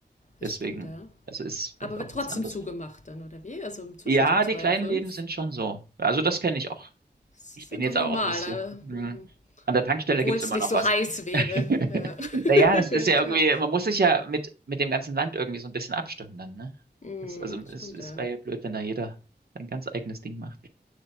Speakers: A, on the left; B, on the right.
A: Das
B: Deswegen,
A: stimmt, ja.
B: also ist vielleicht
A: Aber wird
B: auch
A: trotzdem
B: was anderes.
A: zugemacht dann, oder wie? Also zwischen
B: Ja,
A: so zwei
B: die kleinen
A: und fünf.
B: Läden sind schon so. Also das kenne ich auch.
A: Das
B: Ich
A: ist
B: bin
A: einfach
B: jetzt
A: normal,
B: auch nicht
A: da,
B: so. hm,
A: mhm.
B: An der Tankstelle
A: obwohl
B: gibt's
A: es
B: immer
A: nicht
B: noch
A: so
B: was.
A: heiß wäre.
B: <laughs>
A: Ja,
B: Naja,
A: <laughs>
B: das ist
A: ja
B: ja
A: klar.
B: irgendwie, man muss sich ja mit, mit dem ganzen Land irgendwie so ein bisschen abstimmen dann, ne?
A: Mhm,
B: Das, also
A: stimmt,
B: es, es
A: ja.
B: wäre ja blöd, wenn da jeder sein ganz eigenes Ding macht.